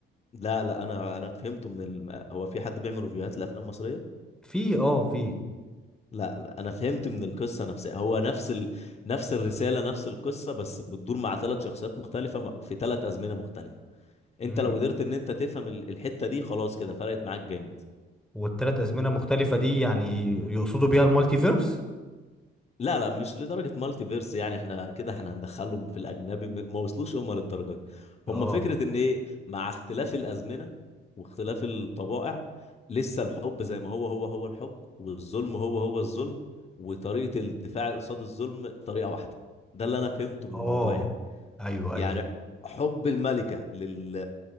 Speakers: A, on the left; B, in the centre.
A: لا لا انا انا فهمته من ال... هو في حد بيعمل ريفيوهات لافلام مصريه
B: في اه في
A: لا لا انا فهمت من القصه نفسها هو نفس ال... نفس الرساله نفس القصه بس بتدور مع ثلاث شخصيات مختلفه م- في ثلاث ازمنه مختلفه انت
B: امم
A: لو قدرت ان انت تفهم ال- الحته دي خلاص كده فرقت معاك جامد
B: والتلات ازمنه المختلفه دي يعني يقصدوا بيها المالتيفيرس
A: لا لا مش لدرجة مالتي فيرس يعني احنا كده احنا هندخلهم في الأجنبي م- ما وصلوش هم للدرجة دي
B: اه
A: هم فكرة إن إيه مع اختلاف الأزمنة واختلاف الطبائع لسه الحب زي ما هو هو هو الحب والظلم هو هو الظلم وطريقة الدفاع قصاد الظلم طريقة واحدة ده اللي أنا فهمته من
B: اه
A: الموضوع يعني
B: ايوه
A: يعني
B: ايوه
A: حب الملكة لل